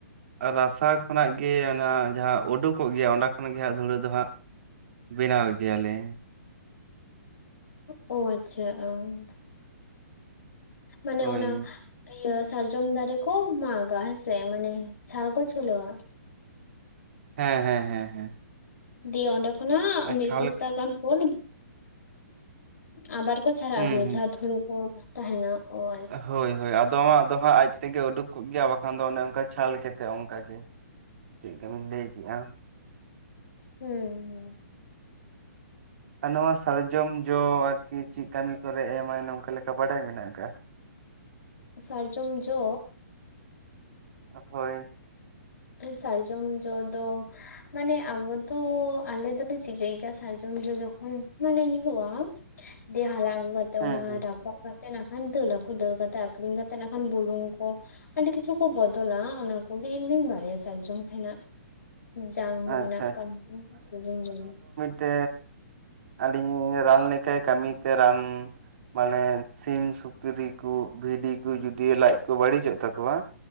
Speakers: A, on the right; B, on the left.
A: ᱟ ᱨᱟᱥᱟ ᱠᱷᱚᱱᱟᱜ ᱜᱮ ᱚᱱᱟ ᱡᱟᱦᱟᱸ ᱳᱰᱳ ᱠᱚᱜ ᱜᱮᱭᱟ ᱚᱸᱰᱟ ᱠᱷᱚᱱ ᱜᱮ ᱦᱟᱸᱜ ᱫᱷᱩᱲᱟᱹ ᱫᱚ ᱦᱟᱸᱜ ᱵᱮᱱᱟᱣ ᱜᱮᱭᱟ ᱞᱮ᱾
B: ᱚ ᱟᱪᱪᱷᱟ, ᱚᱸ᱾ ᱢᱟᱱᱮ
A: ᱦᱳᱭ
B: ᱚᱱᱟ ᱤᱭᱟᱹ ᱥᱟᱨᱡᱚᱢ ᱫᱟᱨᱮ ᱠᱚ ᱢᱟᱜᱟ ᱦᱮᱸᱥᱮ ᱢᱟᱱᱮ ᱪᱷᱟᱞ ᱠᱚ ᱪᱷᱩᱞᱟᱹᱣᱟ᱾
A: ᱦᱮᱸ, ᱦᱮᱸ, ᱦᱮᱸ, ᱦᱮᱸ᱾
B: ᱫᱤᱭᱮ ᱚᱸᱰᱮ ᱠᱷᱚᱱᱟᱜ
A: ᱟᱨ
B: ᱢᱤᱜ
A: ᱪᱷᱟᱞ
B: ᱥᱚᱯᱛᱟ ᱜᱟᱱ ᱯᱚᱨ ᱟᱵᱟᱨ ᱠᱚ ᱪᱷᱟᱨᱟ
A: ᱦᱩᱸ
B: ᱟᱹᱜᱩᱭᱟ
A: ᱦᱩᱸ
B: ᱡᱟᱦᱟᱸ ᱫᱷᱩᱲᱟᱹ ᱠᱚ ᱛᱟᱦᱮᱱᱟ ᱚᱱᱟ᱾
A: ᱦᱳᱭ, ᱦᱳᱭ, ᱟᱫᱚᱢᱟᱜ ᱫᱚ ᱦᱟᱸᱜ ᱟᱡ ᱛᱮᱜᱮ ᱩᱰᱩᱠ ᱠᱟᱜ ᱜᱮᱭᱟ ᱟᱨ ᱵᱟᱠᱷᱟᱱ ᱫᱚ ᱚᱱᱮ ᱚᱱᱠᱟ ᱪᱷᱟᱞ ᱠᱮᱛᱮᱜ ᱚᱱᱠᱟ ᱜᱮ᱾ ᱪᱮᱜᱠᱟ ᱵᱮᱱ ᱞᱟᱹᱭ ᱠᱮᱜᱼᱟ᱾
B: ᱦᱩᱸᱻ᱾ <inaudible>
A: ᱟ ᱱᱚᱣᱟ ᱥᱟᱨᱡᱚᱢ ᱡᱚ ᱟᱨᱠᱤ ᱪᱤᱜ ᱠᱟᱹᱢᱤ ᱠᱚᱨᱮ ᱮᱢᱟᱭ ᱱᱚᱝᱠᱟ ᱞᱮᱠᱟ ᱵᱟᱰᱟᱭ ᱢᱮᱱᱟᱜ ᱟᱠᱟᱜᱼᱟ?
B: ᱥᱟᱨᱡᱚᱢ ᱡᱚ᱾
A: ᱦᱚ
B: ᱟᱹ ᱥᱟᱨᱡᱚᱢ ᱡᱚ ᱫᱚ ᱢᱟᱱᱮ ᱟᱵᱚ ᱫᱚ ᱟᱞᱮ ᱫᱚᱞᱮ ᱪᱤᱠᱟᱹᱭ ᱜᱮᱭᱟ ᱥᱟᱨᱡᱚᱢ ᱡᱚ ᱡᱚᱠᱷᱚᱱ ᱢᱟᱱᱮ ᱧᱩᱨᱦᱩᱜᱼᱟ᱾ ᱫᱮ ᱦᱟᱞᱟᱝ ᱟᱹᱜᱩ ᱠᱟᱛᱮ
A: ᱦᱩᱸ
B: ᱚᱱᱟ
A: ᱦᱩᱸ
B: ᱨᱟᱯᱟᱜ ᱠᱟ ᱛᱮ ᱱᱟᱠᱷᱟᱱ ᱫᱟᱹᱞᱟ ᱠᱩ ᱫᱟᱹᱞ ᱠᱟᱛᱮ ᱟᱠᱷᱨᱤᱧ ᱠᱟᱛᱮ ᱱᱟᱜᱠᱷᱟᱱ ᱵᱩᱞᱩᱝ ᱠᱚ ᱟᱹᱰᱤ ᱠᱤᱪᱷᱩ ᱠᱚ ᱵᱚᱫᱚᱞᱟ ᱚᱱᱟ ᱠᱚᱜᱮ ᱤᱧ ᱫᱩᱧ ᱵᱟᱲ ᱱᱚᱣᱟ ᱥᱟᱨᱡᱚᱢ ᱠᱷᱚᱱᱟᱜ ᱡᱟᱝ
A: ᱟᱪᱪᱷᱟ
B: ᱨᱮᱱᱟᱜ ᱠᱟᱹᱢᱤ ᱥᱟᱨᱡᱚᱢ ᱡᱚ
A: ᱛᱮ ᱟᱹᱞᱤᱧ ᱨᱟᱱ ᱞᱮᱠᱟᱭ ᱠᱟᱹᱢᱤ ᱛᱮ ᱨᱟᱱ ᱢᱟᱱᱮ ᱥᱤᱢ, ᱥᱩᱠᱨᱤ ᱠᱩ ᱵᱷᱤᱰᱤ ᱠᱩ ᱡᱩᱫᱤ ᱞᱟᱡ ᱠᱚ ᱵᱟᱹᱲᱤᱪᱚᱜ ᱛᱟᱠᱚᱣᱟ